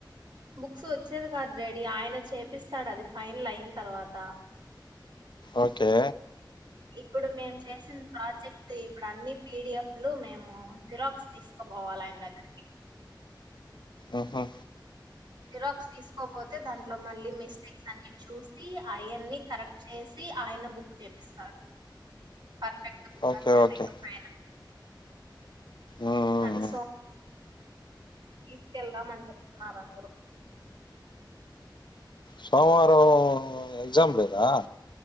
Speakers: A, on the right (about 70°); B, on the left (about 70°).
A: బుక్స్ వచ్చేది కాదు. డాడీ ఆయన చేపిస్తాడు అది ఫైనల్ అయిన తర్వాత
B: ఓకే
A: ఇప్పుడు మేము చేసిన ప్రాజెక్ట్ ఇప్పుడు అన్ని పీ డి ఎఫ్ లు మేము జిరాక్స్ తీసుకోపోవాలి ఆయన దగ్గరకి
B: ఆహ
A: జీరాక్స్ తీసుకపోతే దాంట్లో మళ్ళీ మిస్టేక్స్ అన్ని చూసి అయన్ని కరెక్ట్ చేసి ఆయన బుక్ చేపిస్తాడు పర్ఫెక్ట్ బుక్
B: ఓకే
A: అన్నమాట
B: ఓకే
A: ఇంకా పైన
B: ఉమ్
A: అది సా తీసుకెళ్దామని చెప్తున్నారు అందరూ
B: సోమవారం ఎగ్జామ్ లేదా